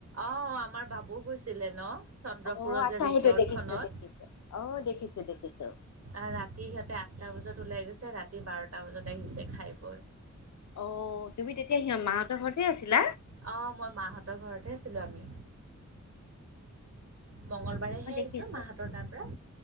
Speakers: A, on the right (about 50°); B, on the left (about 65°).
A: অঁ, আমাৰ বাবু গৈছিলে ন চন্দ্ৰপুৰ
B: অ আচ্ছা
A: যে ৰিজৰ্টখনত।
B: সেইটো দেখিছো দেখিছো অ দেখিছো দেখিছো।
A: আঁহ ৰাতি সিহঁতে আঠটা বজাত ওলাই গৈছে, ৰাতি বাৰটা বজাত আহিছে খাই বৈ।
B: অ' তুমি তেতিয়া সিহঁত মাহঁতৰ ঘৰতে আছিলা?
A: অ' মই মাহঁতৰ ঘৰতে আছিলো আমি। মঙল বাৰেহে
B: অ
A: আহিছোঁ
B: দেখিছো
A: মাহঁতৰ তাৰপৰা।